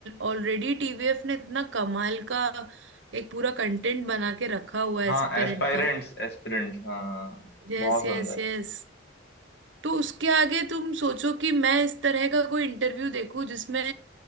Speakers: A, on the right; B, on the left.
A: ऑलरेडी टीवीएफ ने इतना कमाल का एक पूरा कंटेंट बना के रखा हुआ है
B: हाँ
A: एस्पिरेंट
B: एस्पायरेंट्स
A: का
B: एस्पिरेंट्स हाँ
A: Yes
B: बहुत सुंदर
A: yes yes तो उसके आगे तुम सोचो कि मैं इस तरह का कोई इंटरव्यू देखूं जिसमें